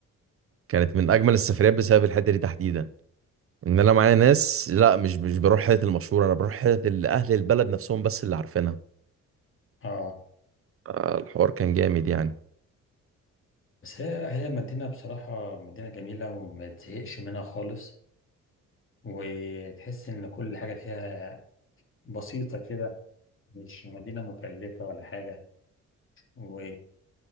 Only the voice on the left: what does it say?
اه
بس هي هي مدينة بصراحة مدينة جميلة وما تزهقش منها خالص وتحس إن كل حاجة فيها بسيطة كده مش مدينة مكلفة ولا حاجة و...